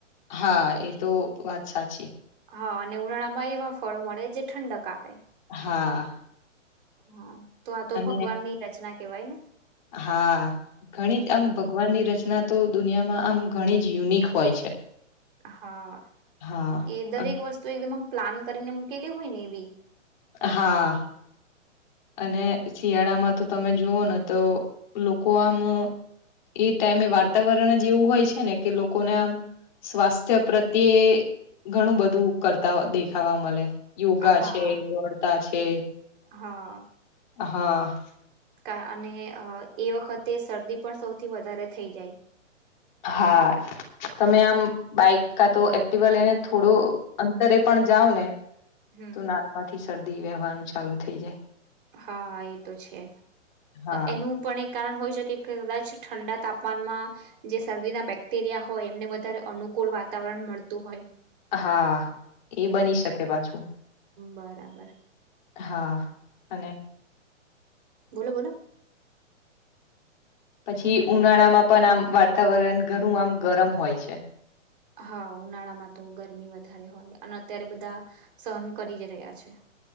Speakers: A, on the left (about 35°); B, on the right (about 40°).
A: હા એ તો વાત સાચી.
B: હા અને ઉનાળામાં એમાં ફળો મળે જે ઠંડક આપે.
A: હા
B: હા તો આ તો
A: અને
B: ભગવાનની રચના કેવાય ને.
A: હા ઘણી આમ ભગવાનની રચ ના તો દુનિયામાં આમ ઘણી જ યુનિક હોય છે.
B: હા
A: હા
B: કે દરેક
A: અન
B: વસ્તુ એકદમ પ્લાન કરીને મૂકેલી હોય ને એવી.
A: હા. અને શિયાળામાં તો તમે જુઓ ને તો લોકો આમ એ ટાઈમે વાર્તાવરણ જ એવું હોય છે ને કે લોકોને આમ સ્વાસ્થ્ય પ્રત્યે ઘણું બધું કરતા દેખાવા મળે. યોગા
B: હા
A: છે દોડતા છે.
B: હા
A: હા.
B: કા અને એ વખતે શરદી પણ સૌથી વધારે થઈ જાય.
A: હા. તમે આમ બાઈક કા તો એક્ટવા લઈને થોડું અંતરે પણ જાાવ ને.
B: હમ
A: તો નાકમાંથી શરદી વહેવાનું ચાલુ થઇ જાય.
B: હા એ તો છે
A: હા
B: એનું પણ એક કારણ હોય શકે કદાચ ઠંડા તાપમાનમાં જે શરદીના બેક્ટેરિયા હોય એમને વધારે અનુ કુળ વાતાવરણ મળતું હોય.
A: હા એ બની શકે પાછું.
B: બરાબર
A: હા અને
B: બોલો બોલો.
A: પછી ઉનાળામાં પણ આમ વાતાવરણ ઘણું આમ ગરમ હોય છે
B: હા ઉનાળામાં તો ગરમી વધારે હોય અને અત્યારે બધા સહન કરી જ રહ્યા છે.